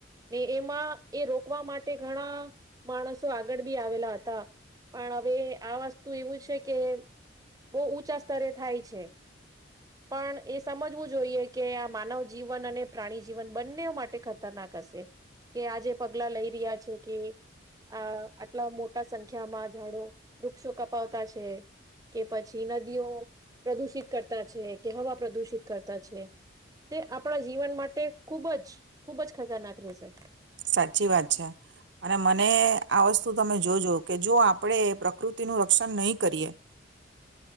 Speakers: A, on the right; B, on the right.
A: ને એમાં એ રોકવા માટે ઘણા, માણસો આગળ બી આવેલા હતા પણ હવે આ વસ્તુ એવું છે કે, બહુ ઊંચા સ્તરે થાય છે, પણ એ સમજવું જોઈએ કે આ માનવ જીવન અને પ્રાણી જીવન બંને માટે ખતરનાક હશે, કે આજે પગલા લઈ રહ્યા છે કે, આ આટલા મોટા સંખ્યામાં ઝાડો વૃક્ષો કપાવતા છે, કે પછી નદીઓ પ્રદુષિત કરતા છે કે હવા પ્રદુષિત કરતા છે, તે આપણા જીવન માટે ખુબ જ ખુબ જ ખતરનાક રહેશે.
B: સાચી વાત છે, અને મને આ વસ્તુ તો તમે જોજો કે જો આપણે પ્રકૃતિનું રક્ષણ નહી કરીએ,